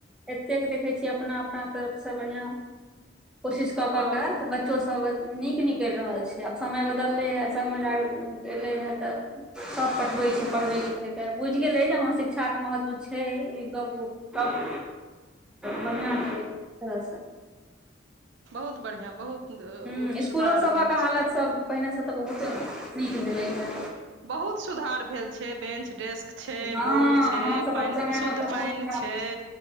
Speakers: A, in the centre; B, on the right.
A: एतेक देखै छियै अपना अपना तरफ से बढ़ियां कोशिश कऽ
B: हँ
A: कऽ के तऽ बच्चोसभ नीक निकलि रहल छै आब समय बदललै हँ सभ मजाक एलै हँ तऽ सभ पठबैत छै पढ़बै लिखयके बुझि गेलै जे हँ शिक्षाके महत्व छै ई गप सब बढ़िआँ छै तहै स
B: बहुत बढ़िआँ बहुत
A: हूँ स्कूलो
B: सुधार
A: सभक
B: भेल छै
A: हालत सब पहिने से तऽ बहुते नीक भेलै हे
B: बहुत सुधार भेल छै बेंच डेस्क छै
A: हँ
B: बोर्ड छै
A: हमर सबक
B: पाइन
A: समय
B: शुद्ध
A: मे तऽ बहुत
B: पाइन
A: खराब
B: छै